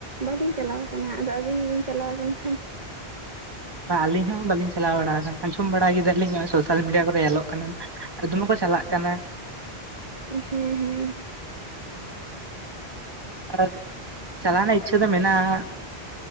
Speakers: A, on the right (about 45°); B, on the right (about 25°).
A: ᱵᱟᱹᱞᱤᱧ ᱪᱟᱞᱟᱣ ᱠᱟᱱᱟ ᱟᱫᱚ ᱟᱹᱵᱤᱱ ᱜᱮᱵᱤᱱ ᱪᱟᱞᱟᱣ ᱟᱠᱟᱱ ᱠᱷᱟᱱ
B: ᱟᱹᱞᱤᱧ ᱦᱚᱸ ᱵᱟᱹᱞᱤᱧ ᱪᱟᱞᱟᱣ ᱵᱟᱲᱟ ᱠᱟᱱ ᱠᱷᱟᱱ ᱡᱚᱢ ᱵᱟᱲᱟ ᱠᱮᱫᱟᱞᱤᱧ ᱱᱚᱜᱼᱚᱭ ᱥᱳᱥᱟᱞ ᱢᱤᱰᱤᱭᱟ ᱠᱚᱨᱮ ᱧᱮᱞᱚᱜ ᱠᱟᱱᱟ ᱟᱨ ᱫᱚᱢᱮ ᱠᱚ ᱪᱟᱞᱟᱜ ᱠᱟᱱᱟ
A: ᱦᱮᱸ ᱦᱮᱸ
B: ᱟᱨ ᱪᱟᱞᱟᱣ ᱨᱮᱱᱟᱜ ᱤᱪᱪᱷᱟᱹ ᱫᱚ ᱢᱮᱱᱟᱜᱼᱟ